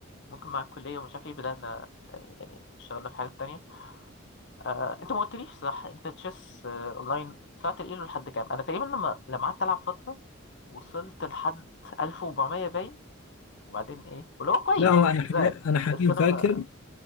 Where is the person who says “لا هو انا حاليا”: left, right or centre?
Left